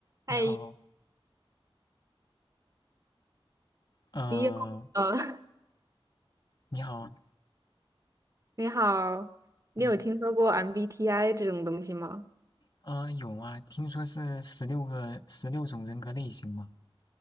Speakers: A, on the left; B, on the right.
A: 你好，
B: 嗨，
A: 呃，
B: 你有呃，<laughs>
A: 你好，
B: 你好，你有听说过
A: 嗯，
B: MBTI 这种东西吗？
A: 啊、有啊，听说是十六个十六种人格类型嘛。